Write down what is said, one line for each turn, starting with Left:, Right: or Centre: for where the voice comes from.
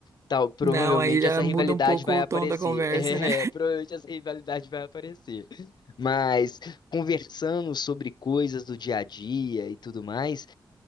Left: tal, provavelmente
Right: Não, aí já
Left: essa
Right: muda
Left: rivalidade
Right: um pouco
Left: vai
Right: o
Left: aparecer.
Right: tom da conversa,
Left: <laughs>
Right: né?
Left: É, provavelmente essa rivalidade vai aparecer. Mas conversando sobre coisas do dia a dia e tudo mais.